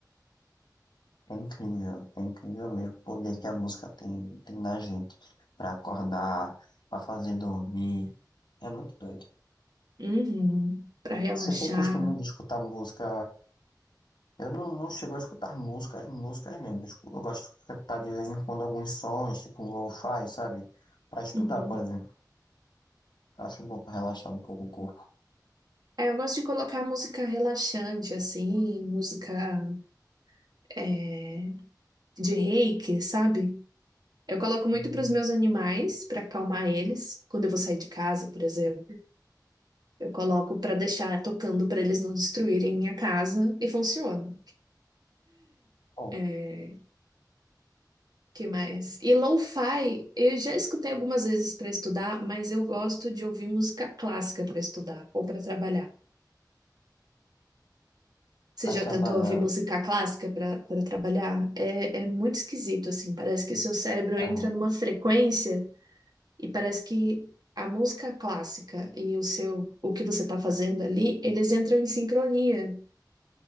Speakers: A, on the left; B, on the right.
A: É incrível, é incrível mesmo o poder que a música tem, tem na gente para acordar, para fazer dormir. É muito doido.
B: Uhum. Pra relaxar.
A: Você tem costume de escutar música Eu não, não chego a escutar músicas, músicas mesmo. Eu escu- eu gosto de escutar de vez em quando alguns sons, tipo um lo-fi, sabe? Pra estudar,
B: Uhum.
A: por exemplo. Eu Acho bom pra relaxar um pouco o corpo.
B: É, eu gosto de colocar música relaxante, assim, música. é, de reiki, sabe? Eu coloco
A: Hum.
B: muito para os meus animais, para acalmar eles, quando eu vou sair de casa, por exemplo. Eu coloco para deixar tocando para eles não destruírem minha casa e funciona.
A: Bom,
B: É, que mais? E lo-fi, eu já escutei algumas vezes para estudar, mas eu gosto de ouvir música clássica para estudar ou para trabalhar. Você
A: pra
B: já
A: trabalhar,
B: tentou ouvir música clássica para para trabalhar? É, é muito esquisito, assim. Parece que o seu cérebro
A: é,
B: entra numa frequência E parece que a música clássica e o seu, o que você está fazendo ali, eles entram em sincronia.